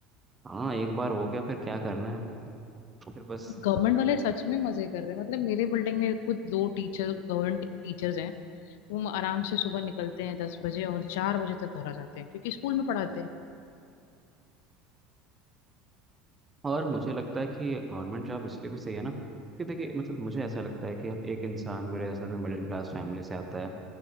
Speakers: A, on the right (about 20°); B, on the left (about 60°).
A: हाँ एक बार हो गया फिर क्या करना है फिर बस
B: गवर्नमेंट वाले सच में मजे कर रहे हैं मतलब मेरे बिल्डिंग में खुद दो टीचर गवर्नमेंट टीचर्स हैं वो आराम से सुबह निकलते हैं दस बजे और चार बजे तक घर आ जाते हैं क्योंकि स्कूल में पढ़ाते हैं
A: और मुझे लगता है कि गवर्नमेंट जॉब इसलिए भी सही है ना कि देखिए मतलब मुझे ऐसा लगता है कि एक इंसान मेरे जैसा जो मिडिल क्लास फैमिली से आता है